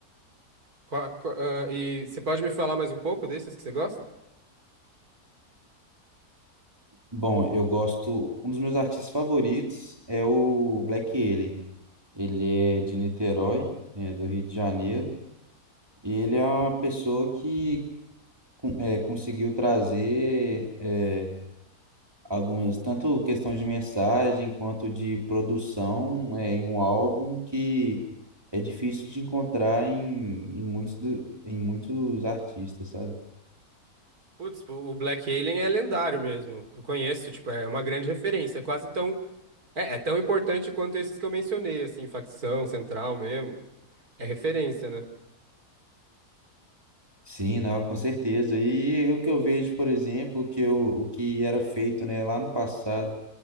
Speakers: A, on the right; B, on the right.
A: Qua- qua- ah, e você pode me falar mais um pouco desses que você gosta?
B: Bom, eu gosto. Um dos meus artistas favoritos é o Black Alien. Ele é de Niterói, é do Rio de Janeiro, e ele é uma pessoa que con- é, conseguiu trazer é, algumas, tanto questão de mensagem quanto de produção é, em um álbum que é difícil de encontrar em, em, muitos, do- em muitos artistas, sabe?
A: Putz, o o Black Alien é lendário mesmo. Eu conheço, tipo, é uma grande referência. É quase tão É, é tão importante quanto esses que eu mencionei, assim, facção, central mesmo. É referência, né?
B: Sim, não, com certeza. E o que eu vejo, por exemplo, que eu, o que era feito, né, lá no passado